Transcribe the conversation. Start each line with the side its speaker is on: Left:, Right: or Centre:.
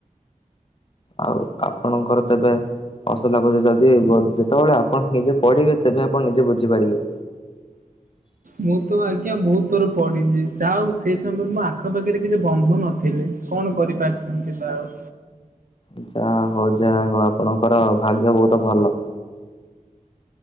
Left: ଆଉ ଆପଣଙ୍କର ତେବେ ହସ ଲାଗୁଛି ଯଦି ଯେତେବେଳେ ଆପଣ ନିଜେ ପଢିବେ ତେବେ ଆପଣ ନିଜେ ବୁଝିପାରିବେ।
Right: ମୁଁ ତ ଆଜ୍ଞା ବହୁତ ଉତ୍ର ପଢିଛି ଯାହା ହଉ ସେ ସମୟରେ ମୋ ଆଖପାଖରେ କିଛି ବନ୍ଧୁ ନଥିଲେ କଣ କରିପାରିଥାନ୍ତି ବା ଆଉ।
Left: ଯାହା ହଉ ଯାହା ହଉ ଆପଣଙ୍କର ଭାଗ୍ୟ ବହୁତ ଭଲ।